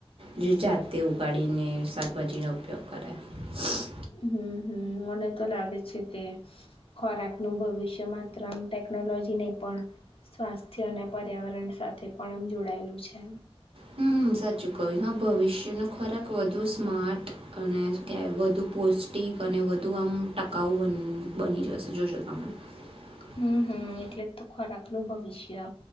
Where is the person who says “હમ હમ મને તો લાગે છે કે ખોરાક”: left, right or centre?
Left